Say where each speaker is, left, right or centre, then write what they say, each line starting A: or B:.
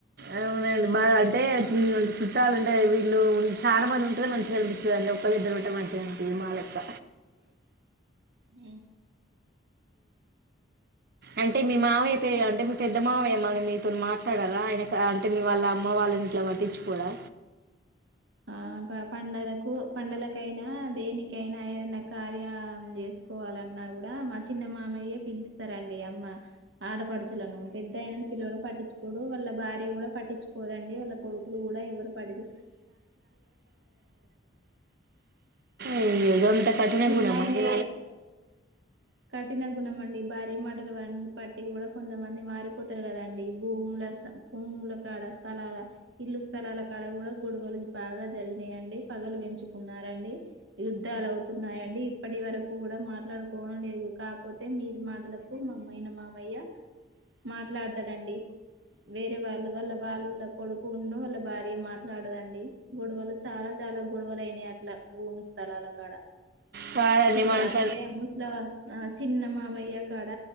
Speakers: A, on the right; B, on the right.
A: అవునండి బాగా అంటే ఉమ్, చుట్టాలు ఉంటాయి వీళ్ళు చాలా మంది ఉంటుది మంచిగా కనిపిస్తుందిండి ఒళ్ళ ఇద్దరు ఉంటే మంచిగా కనిపింది మాళ యొక్క
B: అ
A: అంటే మీ మావయ్య అంటే మీ పెద్ద మావయ్యమని మీతో మాట్లాడారా ఆయన అంటే మీ వాళ్ళ అమ్మ వాళ్ళని ఇట్లా పట్టించు కూడా
B: ఆ పండలకు పండకైనా దేనికైనా ఏదైనా కార్యం చేసుకోవాలన్నా కూడా మా చిన్నమా మామెయ్య పిలిస్త స్తారండి అమ్మ ఆడపడుచలను పెద్దయినని పిల్లలు పట్టించుకోడు వాళ్ళ భార్య కూడా పట్టించుకోదండి వాళ్ళ కొడుకులు కూడా ఎవరు పట్టి
A: ఏ జంత కాఠిన
B: చిన్నాయనే
A: గున్నా మడి
B: వాటి గుణమండడి భార మాటలు వ పట్ ఇటి కూడా కొంతమంది మారిపోతారు కదండి భూముల భూముల కాడ స్థలాల ఇల్లు స్థలాల కాడ కూడా గొడవలు బాగా జరిగినాయండి పగలు పెంచు కున్నారండి యుద్ధాలు అవుతున్నాయంండి ఇప్పటి వరకు కూడా మాట్లాడుకో లేదు కాపోతే మీది మాటలకు మా అమయిైన మామయ్య మాట్లాడతాడండి వేరే వాళ్ళు వాళ్ళ వాళ్ళ కొడుకున్న వాళ్ళ భార్య మాట్లాడదండి గొడవలు చాలా చాలా గొడవ ఇవలనా అట్లా భూమి స్థలాల కాడ
A: స ఎన్ని
B: ఇట్లా
A: మనస
B: అంటే ముసలవ ఆ చిన్న మామయ్య కాడ